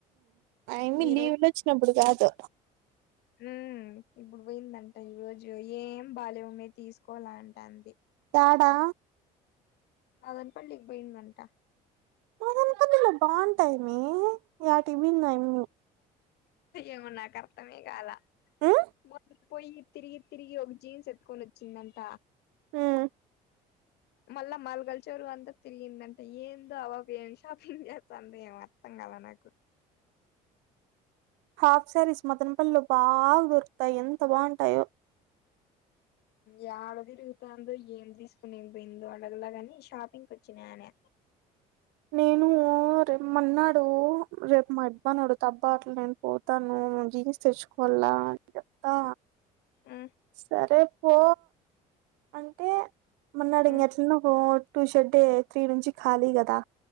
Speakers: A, on the right; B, on the left.
A: ఆయ్మ్మి
B: ఈ
A: లీవ్లు వచ్చినప్పుడు కాదు
B: మ్మ్ ఇప్పుడు పోయిందంట ఈ రోజు ఏం బాల్యమే తీసుకోలే అంటంది
A: ఆ పా
B: అదని పలికిపోయిందంట
A: మా తిరుపతి లో బాంటది మే యాటికి పోయిందో ఆయమ్మి
B: ఏమో నాకు అర్థమే కాలా
A: ఉమ్
B: మన పోయి తిరిగి తిరిగి ఒక జీన్స్ ఎత్తుకొని వచ్చిందంట
A: మ్మ్
B: మళ్ళా మంగళ్ చెరువు అంతా తిరిగిందంట ఏందో అపాప ఏమి షాపింగ్ చేస్తందో ఏమో అర్థం కాలే నాకు
A: హాఫ్ శారీస్ మదనపల్లి లో బాగా దొరుకుతాయి ఎంత బాగుంటాయో
B: యాడ తిరుగుతాందో ఏం తీసుకునేకుపోయిందో అడగలా గాని షాపింగ్ వచ్చినా అనా
A: నేను మన్నా రేపు మాయబ్బ ని అడుగుతా అబ్బ నేను పోతాను జీన్స్ తెచ్చుకోల్ల చెప్తా
B: మ్మ్
A: సరే పో అంటే మొన్నాడు
B: మ్మ్
A: ఇం ఎట్లాన్నా టూ ష్ డే త్రీ నుంచి ఖాళీ కదా